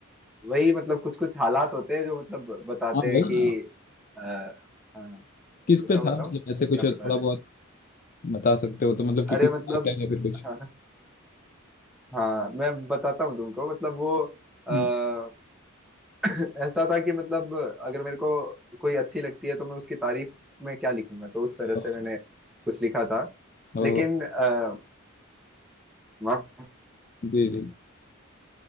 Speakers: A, in the centre; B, on the left.
A: वही मतलब कुछ कुछ हालात होते हैं जो मतलब बताते
B: हाँ वही
A: हैं कि
B: ना
A: आ, हाँ
B: किस
A: बताओ
B: पे था
A: बताओ
B: मतलब
A: क्या
B: ऐसे कुछ
A: बता
B: थोड़ा
A: रहे
B: बहुत
A: थे
B: बता सकते हो तो मतलब
A: अरे
B: कि कुछ
A: मतलब
B: title या फिर कुछ
A: <laughs> हाँ मैं बताता हूँ तुमको मतलब वो आ,
B: हम्म,
A: <clears throat> ऐसा था कि मतलब अगर मेरे को कोई अच्छी लगती है तो मैं उसकी तारीफ में क्या लिखूंगा तो उस तरह
B: ओह
A: से मैंने कुछ लिखा था
B: ओह,
A: लेकिन आ, माफ,
B: जी जी